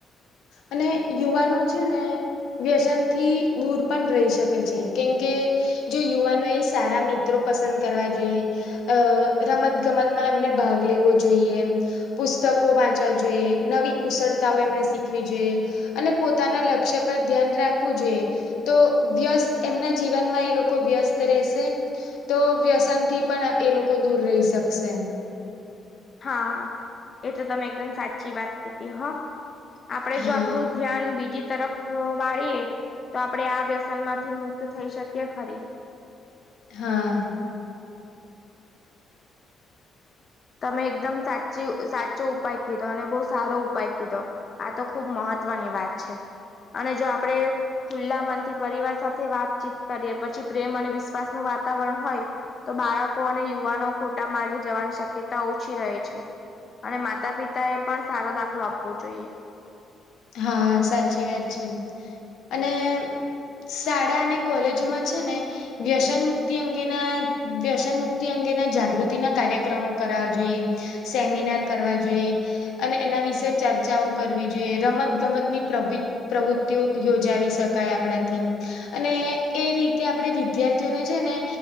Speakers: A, on the left; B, on the left.
A: અને યુવાનો છે ને વ્યસન થી દૂર પણ રેય શકે છે કેમ કે જો યુવાનો એ સારા મિત્રો પસંદ કરવા જોઈએ. અ રમત ગમતમાં એમને ભાગ લેવો જોઈએ, પુસ્તકો વાંચવા જોઈએ. નવી કુશળતાઓ એમણે શીખવી જોઈએ. અને પોતાના લક્ષ્ય પર ધ્યાન રાખવું જોઈએ. તો વ્યસ્ત એમના જીવનમાં એ લોકો વ્યસ્ત રહેશે. તો વ્યસન થી પણ એ લોકો દૂર રહી શકશે.
B: હા એ તો તમે એકદમ સાચી વાત કીધી હા. આપડે
A: હા
B: જો આપડું ધ્યાન બીજી તરફ વાળીએ તો આપડે આ વ્યસન માંથી મુક્ત થઈ શકીએ ખરી.
A: હા.
B: તમે એકદમ સાચૂ સાચો ઉપાય કીધો અને બો સારો ઉપાય કીધો. આ તો ખુબ મહત્વની વાત છે અને જો આપણે ખુલ્લા મનથી પરિવાર સાથે વાતચીત કરીએ પછી પ્રેમ અને વિશ્વાસ નું વાતાવરણ હોય તો બાળકો અને યુવાનો ખોટા માર્ગે જવાની શક શકયતા ઓછી રહે છે અને માતા પિતા એ પણ સારો દાખલો આપવો જોઈએ.
A: હા સાચી વાત છે અને શાળા અને કોલેજો માં છે ને વ્યસન મુક્તિ અંગેના વ્યસન મુક્તિ અંગેના જાગૃતિના કાર્યક્રમો કરાવા જોઈએ સેમિનાર કરવા જોઈએ અને એના વિશે ચર્ચાઓ કરવી જોઈએ રમત ગમત ની પ્રવી પ્રવૃત્તિઓ યોજાવી શકાય આપણાથી અને એ રીતે આપણે વિદ્યાર્થીઓને છે ને